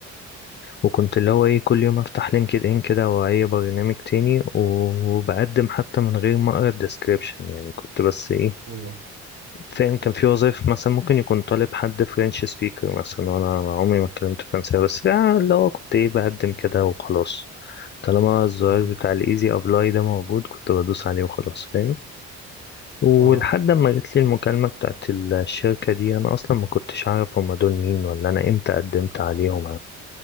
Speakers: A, on the left; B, on the right.
A: وكنت اللي هو ايه كل يوم افتح لينكد ان كده او اي برنامج تاني و- وبقدم حتى من غير ما اقرا الديسكريبشن يعني كنت بس ايه
B: اه
A: فاهم كان في وظائف مثلا ممكن يكون طالب حد فرنش سبيكر مثلا وانا عمري ما اتكلمت فرنساوي بس آه، اللي هو كنت ايه بقدم كده وخلاص طالما الزرار
B: آه،
A: بتاع الايزي ابلاي ده موجود كنت بدوس عليه وخلاص فاهم ولحد
B: آه.
A: ما جت لي المكالمة بتاعت الشركة دي انا اصلا ما كنتش اعرف هما دول مين ولا انا امتى قدمت عليهم